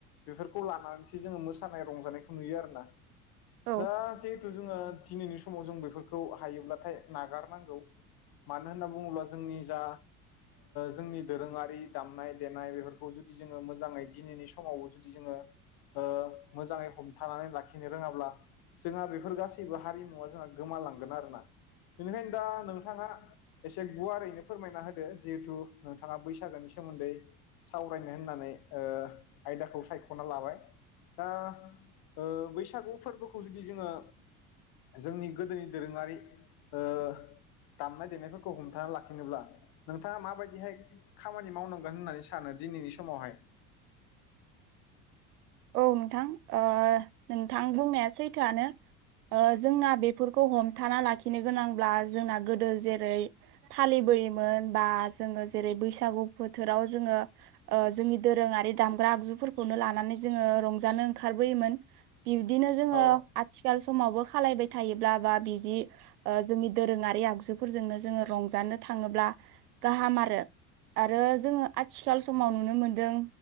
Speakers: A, on the left (about 55°); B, on the right (about 80°).
A: बेफोरखौ लानानै जो मोसानाय रंजानायखौ नुयो आरोना
B: औ
A: दा जिहेथु जोंङो दिनैनि समाव जों बेफोरखौ हायोब्लाथाय नागारनांगौ मानो होनना बुङोब्ला जोंनि जा जोंनि दोरोङारि दामनाय देनाय बेफोरखौ जुदि जोंङो मोजांङै दिनैनि समावबो जुदि जोंङो ओ मोजाङै हमथानानै लाखिनो रोङाब्ला जोंहा बेफोर गासैबो हारिमुवा जोंहा गोमालांगोन आरोना बिनिखायनो दा नोंथाङा एसे गुवारैनो फोरमायना होदो जिहेथु नोंथाङा बैसागोनि सोमोन्दै सावरायनो होननानै ओ आयदाखौ सायख'ना लाबाय दा ओ बैसागु फोरबोखौ जुदि जोङो जोंनि गोदोनि दोरोङारि ओ दामनाय देनायफोरखौ हमथा लाखिनोब्ला नोंथाङा माबायदिहाय खामानि मावनांगोन होननानै सानो दिनैनि समावहाय
B: औ नोंथां ओ नोंथां बुंनाया सैथोआनो। जोंना बेफोरखौ हमथाना लाखिनो गोनांब्ला जोंना गोदो जेरै फालिबोयोमोन बा जोङो जेरै बैसागु बोथोराव जोङो जोंनि दोरोङारि दामग्रा आगजुफोरखौनो लानानै जो रंजानो ओंखारबोयोमोन बिब्दिनो जोंङो
A: औ
B: सिखाल समावबो खालायबाय थायोब्ला बा बिदि जोंनि दोरोंङारि आगजुफोरजोंनो जोंङो रंजानो थांङोब्ला गाहाम आरो आरो जोंङो आथिखाल समाव नुनो मोनदों